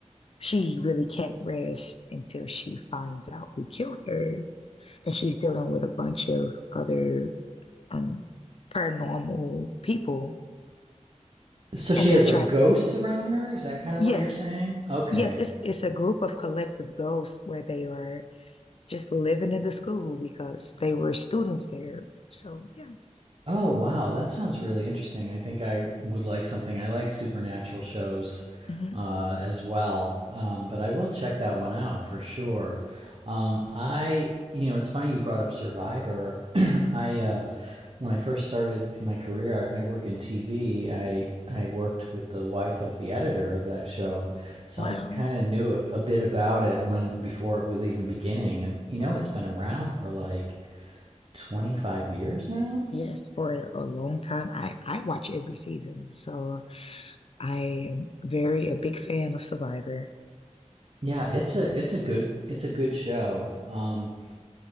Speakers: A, on the left; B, on the right.
A: she really can't rest until she finds out who killed her. And she's dealing with a bunch of other um, paranormal people.
B: So she
A: And they're
B: has
A: trying,
B: like ghosts around her? Is that kind of
A: yeah,
B: what you're saying? Okay.
A: yes, it's, it's a group of collective ghosts where they are just living in the school because they were students there. So, yeah.
B: Oh, wow. That sounds really interesting. I think I would like something. I like supernatural shows
A: Mhm.
B: uh, as well, um, but I will check that one out for sure. Um, I, you know, it's funny you brought up Survivor. <clears throat> I, uh, when I first started my career, I, I work in TV. I I worked with the wife of the editor of that show, so
A: Wow.
B: I kind
A: So
B: of knew a bit about it when before it was even beginning. And you know, it's been around for like 25 years now.
A: Yes, for a long time. I I watch every season. So I am very a big fan of Survivor.
B: Yeah, it's a it's a good it's a good show. Um,